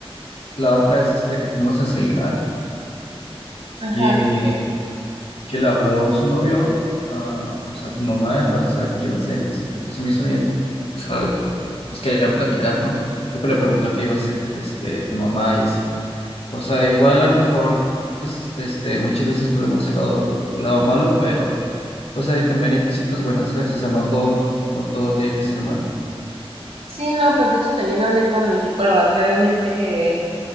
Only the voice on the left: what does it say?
la otra vez este que fuimos a desayunar
y eh, que le habló su novio, ah, o sea, tu mamá para saber qué iba a hacer y así. Pues se me hizo bien. O sea, pues querían platicar, ¿no? Y pues le preguntó qué iba a hacer este, tu mamá y así. O sea, igual a lo mejor, pues, este, muchas veces vemos el lado, lo- lado malo, pero pues ahí también hay cositas buenas, ¿sabes? O sea, no todo, no todo tiene que ser malo.